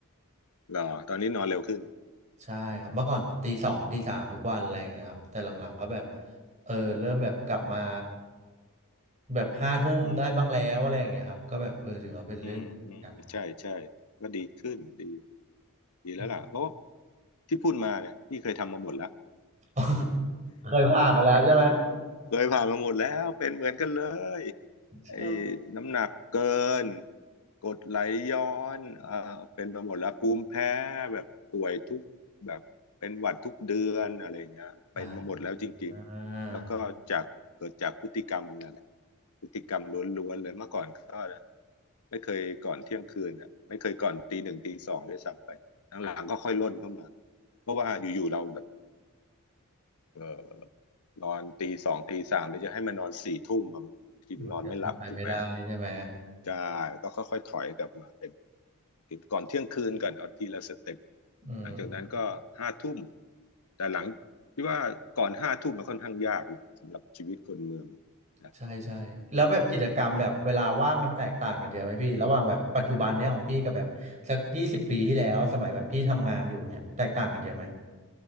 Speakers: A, on the left (about 90°); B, on the right (about 35°).
A: เหรอตอนนี้นอนเร็วขึ้น
B: ใช่ครับเมื่อก่อนตีสองตีสามทุกวันอะไรอย่างเงี้ยครับแต่หลังๆก็แบบเออเริ่มแบบกลับมาแบบห้าทุ่มได้บ้างแล้วอะไรอย่างเงี้ยครับก็แบบเออถือว่าเป็นเรื่องกัน
A: อืม อืมอืมใช่ใช่ก็ดีขึ้นดีดีแล้วล่ะเพราะว่า
B: <laughs>
A: ที่พูดมาเนี่ยพี่เคยทำมาหมดแล้ว <laughs>
B: อืมเคยผ่านมาแล้วใช่ไหม
A: เคยผ่านมาหมดแล้วเป็นเหมือนกันเลย
B: ชอบ
A: ไอ้น้ำหนักเกินกรดไหลย้อนเอ่อเป็นไปหมดแล้วภูมิแพ้แบบป่วยทุกแบบเป็นหวัดทุกเดือนอะไรอย่างเงี้ยเป็นมาหมดแล้วจริงๆแล้วก็จากเกิดจากพฤติกรรมนั่นแหละ
B: อ่าอ่า
A: พฤติกรรมล้วนๆเลยเมื่อก่อนก็ไม่เคยก่อนเที่ยงคืนอ่ะไม่เคยก่อนตีหนึ่งตีสองด้วยซ้ำไปหลังๆก็ค่อยล่นเข้ามาเพราะว่าอยู่ๆเราแบบ เออนอนตีสองตีสามเดี๋ยวจะให้มันนอนสี่ทุ่มอะมันบางทีมันนอนไม่หลับถูกไหม
B: มันแบบเป็นไปไม่ได้ใช่ไหม
A: ใช่แล้วก็ค่อยๆถอยกลับมาเป็นกินก่อนเที่ยงคืนก่อนเอาทีละสเต็ป
B: อืม
A: หลังจากนั้นก็ห้าทุ่มแต่หลังที่ว่าก่อนห้าทุ่มมันค่อนข้างยากนะสำหรับชีวิตคนเมืองนะ
B: ใช่ใช่แล้วแบบกิจกรรมแบบเวลาว่างมันแตกต่างกันเยอะไหมพี่ระหว่างแบบปัจจุบันเนี้ยของพี่กับแบบสักยี่สิบปีที่แล้วสมัยแบบพี่ทำงานอยู่เนี้ยแตกต่างกันเยอะไหม
A: อืมทั้งไป